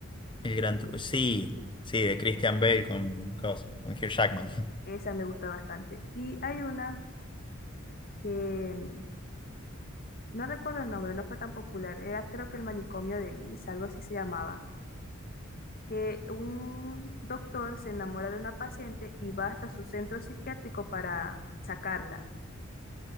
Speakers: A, on the left; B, on the left.
A: El gran truco. Sí, sí, de Christian Bale con, con Hugh Jackman.
B: Esa me gusta bastante. Y hay una que mm, no recuerdo el nombre, no fue tan popular. Era creo que el manicomio de Liz, algo así se llamaba. Que un doctor se enamora de una paciente y va hasta su centro psiquiátrico para sacarla.